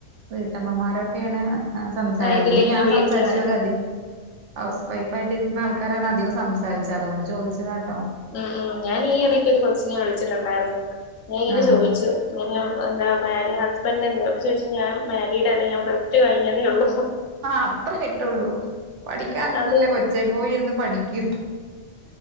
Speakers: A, on the right (about 65°); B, on the left (about 80°).
A: വീട്ടമ്മമാരൊക്കെണ് ആ സംസാര
B: ആഹ് ഇതിലിങ്ങനെ
A: അതികും ഞാൻ
B: വിളിക്ക്ണേ.
A: സംസാര്ച്ചോരതി ഹൗസ് വൈഫ് ആയിട്ടിരിക്ക്‌ണ ആൾക്കാരാണ് അധികം സംസാരിച്ച അതുകൊണ്ട് ചോദിച്ചതാട്ടോ
B: ഉം ഉം ഞാൻ ഈ ഇടക്കൊരു കൊച്ചിനെ വിളിച്ചിട്ടുണ്ടായിരുന്നു ഞാൻ ഇങ്ങനെ
A: ആഹ്
B: ചോയിച്ചു ഇങ്ങനെ എന്താ മാരീ ഹസ്ബൻഡ് എന്തേ ചോഴിച്ചു ഞാൻ മാരീഡ് അല്ലാ ഞാൻ പ്ലസ് ടു കഴിഞ്ഞതേള്ളു
A: അത്ര അയ്‌ട്ടുള്ളൂ പഠിക്കാനൊന്നുല്ലേ
B: അത്
A: കൊച്ചേ പോയിര്ന്ന് പഠിക്കൂ